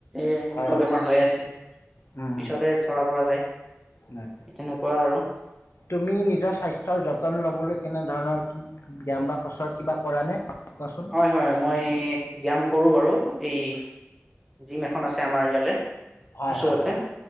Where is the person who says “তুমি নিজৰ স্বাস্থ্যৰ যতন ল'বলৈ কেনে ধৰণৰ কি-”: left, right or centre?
Left